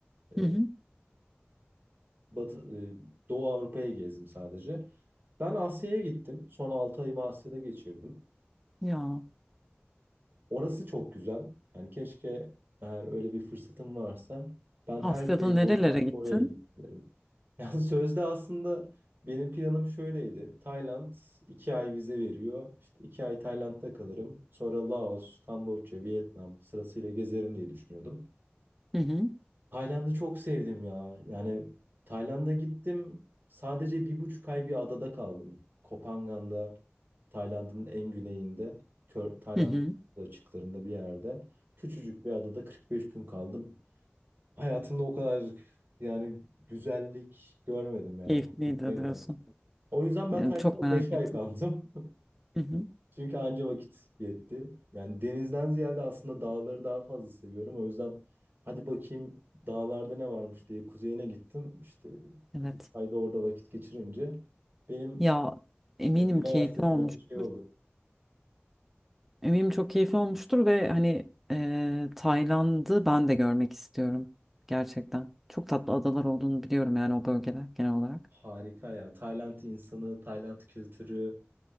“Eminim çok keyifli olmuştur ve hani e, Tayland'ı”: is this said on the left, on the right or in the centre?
Centre